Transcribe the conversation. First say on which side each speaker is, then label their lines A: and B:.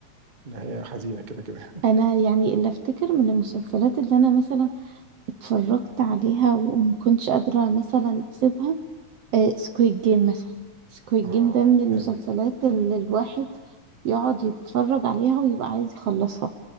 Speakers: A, on the right (about 40°); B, on the right (about 65°).
A: نهايه حزينه كده كده <laughs>
B: انا يعني اللي افتكر من المسلسلات اللي انا مثلا اتفرجت عليها وما كنتش قادره مثلا اسيبها سكويد جيم مثلا سكويد
A: اه
B: جيم ده من المسلسلات
A: جامد
B: اللي الواحد يقعد يتفرج عليها ويبقى عايز يخلصها